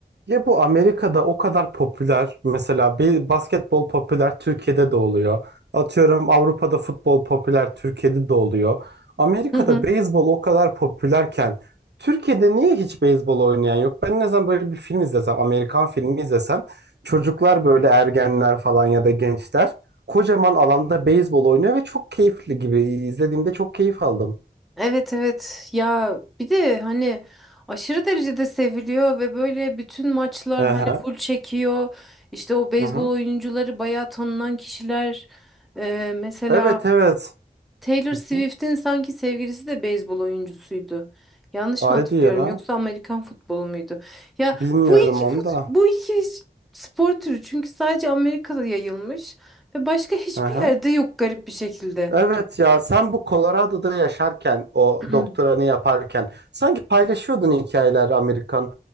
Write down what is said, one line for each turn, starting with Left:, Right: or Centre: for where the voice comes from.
Right: Ya bu Amerika'da o kadar popüler. Mesela bir basketbol popüler Türkiye'de de oluyor. Atıyorum Avrupa'da futbol popüler Türkiye'de de oluyor. Amerika'da
Centre: Hı hı.
Right: beyzbol o kadar popülerken Türkiye'de niye hiç beyzbol oynayan yok? Ben ne zaman böyle bir film izlesem, Amerikan filmi izlesem çocuklar böyle ergenler falan ya da gençler kocaman alanda beyzbol oynuyor ve çok keyifli gibi izlediğimde çok keyif aldım.
Centre: Evet evet ya bir de hani aşırı derecede seviliyor ve böyle bütün maçlar
Right: Hı
Centre: hani
Right: hı.
Centre: full çekiyor. İşte o beyzbol
Right: hı hı.
Centre: oyuncuları bayağı tanınan kişiler. Ee, mesela
Right: Evet evet.
Centre: Taylor
Right: Hı
Centre: Swift'in
Right: hı.
Centre: sanki sevgilisi de beyzbol oyuncusuydu. Yanlış
Right: Haydi
Centre: mı hatırlıyorum
Right: ya.
Centre: yoksa Amerikan futbolu muydu? Ya
Right: Bilmiyorum
Centre: bu iki
Right: onu
Centre: fut-
Right: da.
Centre: bu iki spor türü çünkü sadece Amerika'da yayılmış ve başka hiçbir
Right: Aha.
Centre: yerde yok garip bir şekilde.
Right: Evet ya sen bu Colorado'da yaşarken o
Centre: <clears throat>
Right: doktoranı yaparken sanki paylaşıyordun hikayeler Amerikan